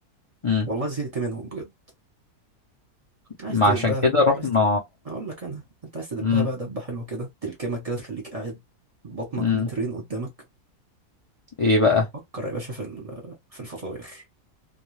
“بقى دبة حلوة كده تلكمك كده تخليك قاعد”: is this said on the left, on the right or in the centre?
Right